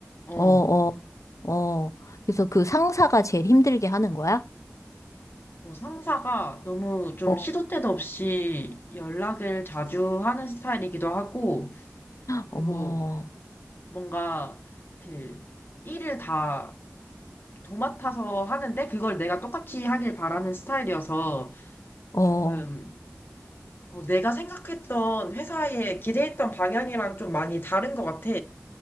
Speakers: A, on the left; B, on the left.
A: 어.
B: 어, 어, 어. 그래서 그 상사가 제일 힘들게 하는 거야?
A: 어, 상사가 너무 좀
B: 어.
A: 시도 때도 없이 연락을 자주 하는 스타일이기도 하고, 그리고
B: 어머,
A: 뭔가 그 일을 다 도맡아서 하는데 그걸 내가 똑같이 하길 바라는 스타일이어서
B: 어,
A: 조금 어, 내가 생각했던 회사에 기대했던 방향이랑 좀 많이 다른 것 같아.